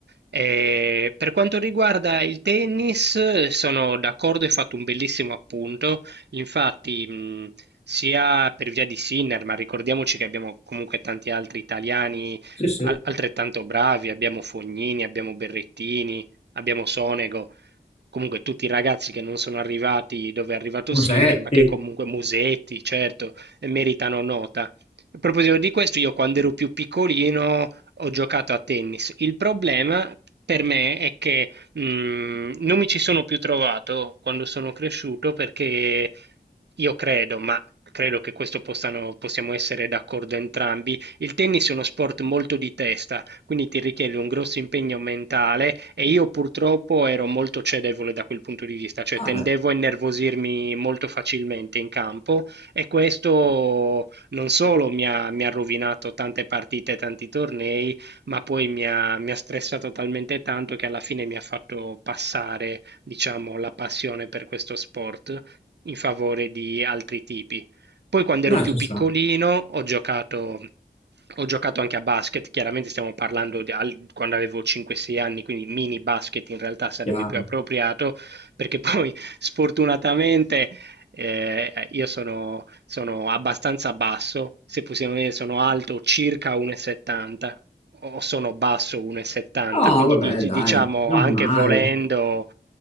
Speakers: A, on the right; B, on the left.
A: Eh, per quanto riguarda il tennis, sono d'accordo, hai fatto un bellissimo appunto. Infatti, mh, sia per via di Sinner, ma ricordiamoci che abbiamo comunque tanti altri italiani
B: Sì, sì.
A: al- altrettanto bravi, abbiamo Fognini, abbiamo Berrettini, abbiamo Sonego, comunque tutti i ragazzi che non sono arrivati dove è arrivato
B: Musetti.
A: Sinner, ma che comunque Musetti, certo, e meritano nota. A proposito di questo, io quando ero più piccolino ho giocato a tennis. Il problema per me è che Mm, non mi ci sono più trovato quando sono cresciuto perché io credo, ma credo che questo possano, possiamo essere d'accordo entrambi, il tennis è uno sport molto di testa, quindi ti richiede un grosso impegno mentale e io purtroppo ero molto cedevole da quel punto di vista, cioè tendevo
B: Vabbè,
A: a innervosirmi molto facilmente in campo e questo non solo mi ha, mi ha rovinato tante partite, tanti tornei, ma poi mi ha, mi ha stressato talmente tanto che alla fine mi ha fatto passare, diciamo, la passione per questo sport in favore di altri tipi. Poi quando
B: no,
A: ero più
B: ci
A: piccolino
B: sta.
A: ho giocato, ho giocato anche a basket, chiaramente stiamo parlando di al- quando avevo 5-6 anni, quindi mini basket in realtà sarebbe
B: chiaro.
A: più appropriato, perché poi <laughs> sfortunatamente eh, io sono, sono abbastanza basso, se possiamo dire sono alto circa 1,70, o sono basso 1,70,
B: No,
A: quindi
B: vabbè
A: dic-
B: dai,
A: diciamo
B: normale.
A: anche volendo